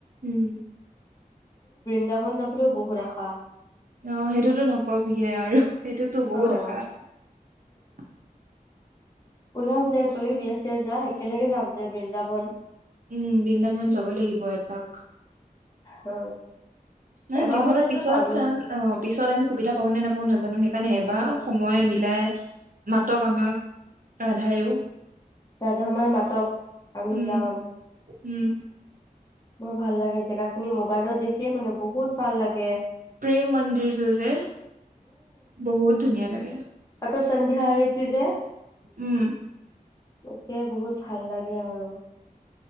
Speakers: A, on the right; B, on the left.
A: উম।
B: বৃন্দাবন যাবলৈও বহুত আশা
A: অ সেইটোতো নকবিহে আৰু সেইটোতো
B: অ',
A: বহুত আশা আছে
B: উলাম দে তইয়ও বিযা যা একেলগে যাম দে বৃন্দাবন
A: উম বৃন্দাবন যাব লাগিব এপাক
B: অ
A: ন
B: এবাৰ
A: জীৱনত
B: হ'লেতো
A: পিছত
B: যামেই
A: চান অ পিছত আমি সুবিধা পাওঁ নে নাপাওঁ নাজানো কাৰণে এবাৰ
B: অ',
A: সময় মিলাই মাতক আমাক ৰাধায়ো
B: ৰাধাামাই মাতক, আমি
A: উম,
B: যাম।
A: উম।
B: বৰ ভাল লাগে জেগা খিনি মোবাইলত দেখিয়ে মানে বহুত ভাল লাগে।
A: প্ৰেম মন্দিৰটো যে, বহুত ধুনীয়া লাগে।
B: কসংন্ধ্যিতি যে
A: উম।
B: একে বহুত ভাল লাগে আৰু,